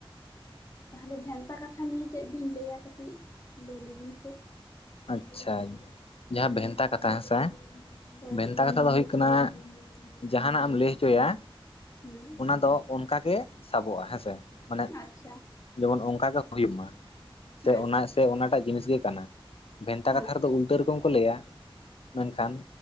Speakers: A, on the left; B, on the left.
A: ᱛᱟᱦᱚᱞᱮ ᱵᱷᱮᱱᱛᱟ ᱠᱟᱛᱷᱟ ᱱᱤᱭᱟᱹ ᱪᱮᱫ ᱵᱤᱱ ᱞᱟᱹᱭᱟ ᱠᱟᱹᱴᱤᱡ ᱞᱟᱹᱭ ᱞᱮᱵᱤᱱ ᱥᱮ
B: ᱟᱪᱪᱷᱟ ᱡᱟᱦᱟᱸ ᱵᱷᱮᱱᱛᱟ ᱠᱟᱛᱷᱟ ᱦᱮᱸᱥᱮ
A: ᱦᱳᱭ
B: ᱵᱷᱮᱱᱛᱟ ᱠᱟᱛᱷᱟ ᱫᱚ ᱦᱩᱭᱩᱜ ᱠᱟᱱᱟ ᱡᱟᱦᱟᱱᱟᱜ ᱮᱢ ᱞᱟᱹᱭ ᱦᱚᱪᱚᱭᱟ
A: ᱦᱩᱸ
B: ᱚᱱᱟ ᱫᱚ ᱚᱱᱠᱟ ᱜᱮ ᱥᱟᱵᱚᱜᱼᱟ ᱦᱮᱸᱥᱮ ᱢᱟᱱᱮ
A: ᱟᱪᱪᱷᱟ
B: ᱡᱮᱢᱚᱱ ᱚᱱᱠᱟ ᱜᱮ ᱦᱩᱭᱩᱜ ᱢᱟ ᱥᱮ
A: ᱦᱮᱸ
B: ᱚᱱᱟ ᱥᱮ ᱚᱱᱟᱴᱟᱜ ᱡᱤᱱᱤᱥ ᱜᱮ ᱠᱟᱱᱟ ᱾ ᱵᱷᱮᱱᱛᱟ
A: ᱦᱮᱸ
B: ᱠᱟᱛᱷᱟ ᱨᱮᱫᱚ ᱩᱞᱴᱟᱹ ᱨᱚᱠᱚᱢ ᱠᱚ ᱞᱟᱹᱭᱟ ᱾ ᱢᱮᱱᱠᱷᱟᱱ